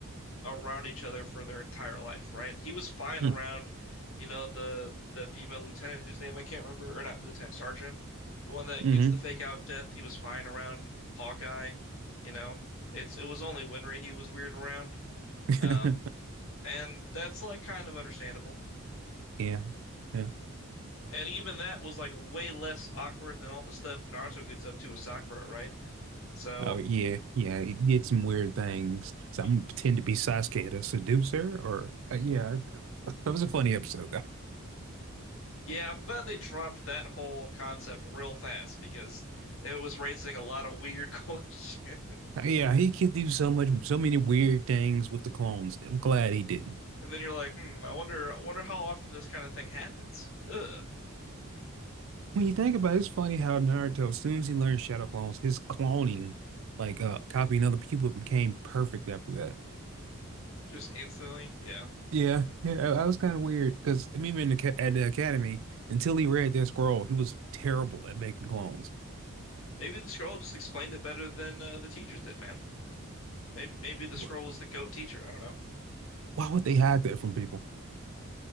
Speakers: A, on the left; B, on the right.
A: around each other for their entire life, right? He was fine
B: Mm.
A: around, you know, the the female lieutenant whose name I can't remember, or not lieutenant, sergeant, the one that
B: hmm
A: gets the fake out death. He was fine around Hawkeye, you know. It's it was only Winry he was weird around,
B: <laughs>
A: um, and that's like kind of understandable.
B: Yeah. Yeah.
A: And even that was like way less awkward than all the stuff Naruto gets up to with Sakura, right? So.
B: Oh yeah. Yeah. He did some weird things. So
A: y-
B: I'm gonna pretend to be Sasuke to seduce her or uh, yeah. <laughs> That was a funny episode though.
A: Yeah, I'm glad they dropped that whole concept real fast because it was raising a lot of weird <laughs> questions.
B: Yeah, he could do so much so many weird things with the clones. I'm glad he didn't.
A: And then you're like, hmm, I wonder, I wonder how often this kind of thing happens. Ugh.
B: When you think about it, it's funny how Naruto, as soon as he learned Shadow Clones, his cloning, like uh copying other people, became perfect after that.
A: Just instantly, yeah.
B: Yeah, yeah, that that was kind of weird because even in the, ca- at the academy, until he read that scroll, he was terrible at making clones.
A: Maybe the scroll just explained it better than uh, the teachers did, man. Maybe, maybe the scroll
B: Wh-
A: is the goat teacher. I don't know.
B: Why would they hide that from people?